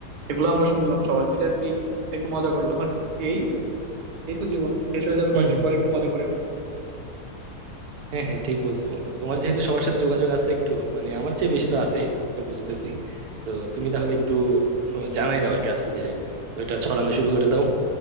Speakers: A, on the right; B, on the right.
A: সেগুলো আমরা শুনলাম সবাই মিলে আর কি একটু মজা করলাম আর কি এই তো এই তো জীবন শেষ হয়ে যাবে
B: হুম
A: কয়েকদিন
B: হুম
A: পর
B: হুম।
A: একটু মজা করে নিই
B: হ্যাঁ হ্যাঁ ঠিক বলছো বন্ধু তোমার যেহেতু সবার সাথে যোগাযোগ আছে একটু মানে আমার চেয়ে বেশি তো আছে এটা বুঝতেছি তো তুমি তাহলে একটু উম, জানাই দাও আর কি আস্তে ধীরে তো এটা ছড়ানো শুরু করে দাও